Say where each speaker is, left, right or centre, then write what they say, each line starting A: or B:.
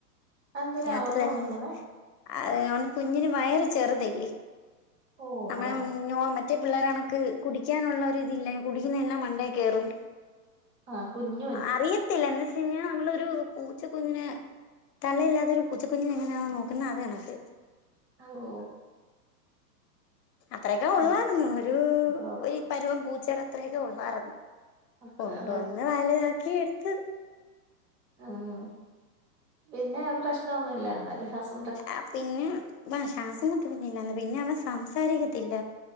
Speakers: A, on the right (about 40°); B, on the left (about 70°).
A: അതെന്തിനാ
B: രാത്രി
A: അളന്ന്
B: തന്നെ
A: കൊടുക്കുന്നെ
B: അത് മോൻ കുഞ്ഞിന് വയറ് ചെറുതല്ലേ
A: ഓ
B: നമ്മളെ
A: ഓ
B: നോർ മറ്റേ പിള്ളേര് കണക്ക് കുടിക്കാനുള്ള ഒരിതില്ല കുടിക്കുന്നെയെല്ലാം മണ്ടേ കേറും
A: ആഹ് കുഞ്ഞു
B: അറിയത്തില്ല എന്ന് വെച്ചയിഞ്ഞ നമ്മളൊരു പൂച്ച കുഞ്ഞിനെ തള്ളയില്ലാത്ത ഒരു പൂച്ചക്കുഞ്ഞിനെ എങ്ങനെയാണോ നോക്കുന്നെ അത് കണക്ക്
A: ഓഹോ
B: അത്രയെക്കെ ഒള്ളായിരുന്നു
A: ഉം
B: ഒരു
A: ഉം
B: ഒരു പരുവം പൂച്ചടെ അത്രയെക്കെ ഒള്ളായിര്ന്ന്
A: അത്രയുള്ള
B: കൊണ്ട് വന്ന് വല്താക്കി എട്ത്ത്
A: ആഹ് പിന്നെ പ്രശ്നൊന്നുയില്ലരുന്നല്ലേ? ഹസ്
B: ആ പിന്നെ ആ ശ്വാസം മുട്ടും പിന്നില്ലാന്ന് പിന്നെ അവൻ സംസാരിക്കത്തില്ല